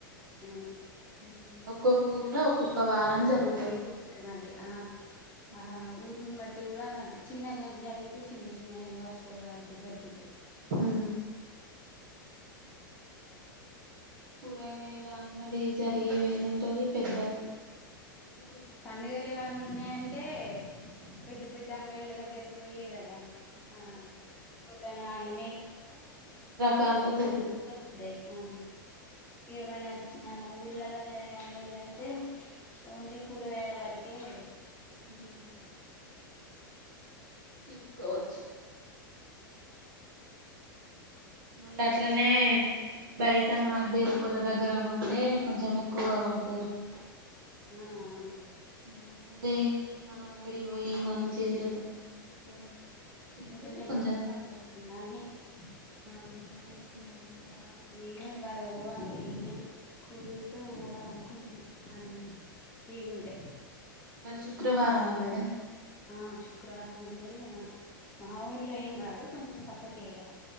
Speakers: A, on the left; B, on the right.
A: ఆ
B: ఊ ఒక్కొ ఊర్లో ఒక్కొక్క వారం జరుగు
A: <unintelligible> మళ్ళీ ఆ
B: ఉమ్
A: ఆ ఊరు న్ని బట్టి కూడా అంటే చిన్నగా జరిగితే చిన్న చిన్న వస్తువుల వరకె దొరుకుతాయి
B: ఊ కూరగాయాలా అంగడి జరిగే వేరుంటది పెద్ద <inaudible> వేరుంటది
A: పండుగలు ఏమన్నా ఉన్నాయంటే పెద్ద పెద్ద అంగళ్ళ దగ్గరకి పోయే కదా ఆ ఆ వద్దన్నగాని మే
B: కాలు గా దోర్
A: దొరుకుతాయి అవును ఏం అన్న మన ఊళ్ళలో జరిగే అంగల్లో అయితే ఓన్లీ కూరగాయాల వరి ఏ
B: ఊహు తీసుకోవచ్చు మళ్ళీ అట్లనే బయట మా బేలు పల దగ్గర కొంటే కొంచెం ఎక్కువ పడతది రేట్
A: ఆ అవును
B: ఊ ఏది మనం అంగడి పోయి మన చేతులతో తీసుకొని చూస్తే
A: అయితే మీరు
B: కొంచెం
A: నిన్న <unintelligible>
B: తక్కువ ఆ నిన్న తెచ్చుకున్నాం మేము వారానికి
A: మేము
B: సరిపడా
A: ఇవాళ పోవాలి ఈవినింగ్ కుదిరితే పోవాల అనుకుంటున్నా అని ఫ్రీగా ఉంటే
B: ఇవాళ శుక్రవారం అంగడా
A: ఆ శుక్రవారం అంగడి మా ఊర్లో ఏం కాదు కొంచెం పక్కకే ఇగ